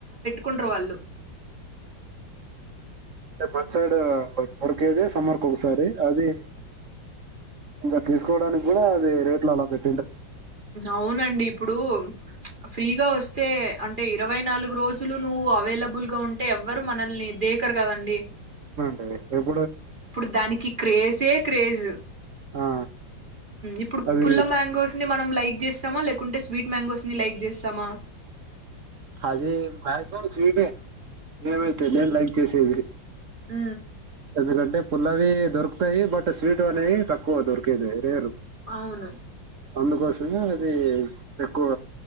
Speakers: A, on the right (about 25°); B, on the right (about 50°).
A: కుంటారు వాళ్ళు
B: అంటే మన సైడ్ దొరికేది సమ్మర్కి ఒసారి అది ఇంకా తీసుకోడానికి కూడా అది రేట్లు అలా పెట్
A: అవునండి ఇప్పుడు ఫ్రీగా వస్తే అంటే ఇరవై నాలుగు రోజులు నువ్వు అవైలబుల్ గా ఉంటే ఎవ్వరు మనల్ని దే కర్ కదండి
B: ఏ హిం
A: ఇప్పుడు దానికి క్రేజే క్రేజ్
B: ఆ
A: ఇప్పుడు
B: అది
A: పుల్ల మ్యాంగోస్ ని మనం లైక్ చేస్తామా లేకుంటే స్వీట్ మ్యాంగోస్ ని లైక్ చేస్తామా
B: అది మాక్సిమం స్వీట్ ఏ నేమైతే నేను లైక్ చేసేది
A: ఉ
B: ఎందుకంటే పుల్లవి దొరుకుతాయి బట్ స్వీట్ అనేవి తక్కువ దొరికేది రేర్
A: అవును
B: అందుకోసమే అది ఎక్కువ